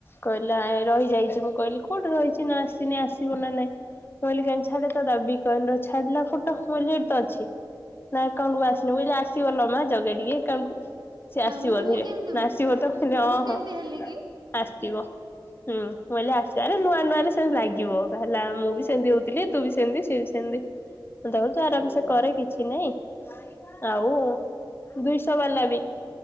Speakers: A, on the left (about 25°); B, on the right (about 60°).
A: କହିଲାଏ ରହିଯାଇଛି ମୁଁ କହିଲି କୋଉଠି ରହିଛି ନା ଆସିନି ଆସିବ ନା ନାଇଁ। କହିନି ଛାଡେତ ଦାବିକି କହିଲି ଛାଡିଲା ଫଟ ମୁ କହିଲି ହେଇଠି ତ ଅଛି। ନା ଆକାଉଣ୍ଟକୁ ଆସିନି ମୁଁ କହିଲ ଆସିିବଲ ମା ଜଗେଇ ଟିକେ ଏକାଉଣ୍ଟକୁ। ସେ ଆସିବ
B: ଆଉ ମୁଁ
A: ଧୀରେ
B: କେମିତି
A: ନା ଆସିବ ତ ମୁଁ କହିଲେ ହଁ
B: କେମିତି
A: ହଁ
B: ହେଲି
A: ଆସିବ। ହୁଁ ମୁଁ କହିଲି ଆସିବରେ ନୂଆ ନୂଆରେ ସେମତି ଲାଗିବ କାହେଲା ମୁଁ ବି ସେମିତି ହଉଥିଲି। ତୁ ବି ସେମିତି ସିଏ ବି ସେମିତି ଦେଖ ତୁ ଆରାମସେ କରେ କିଛି ନାଇଁ। ଆଉ ଦୁଇଶହ ବାଲାବି।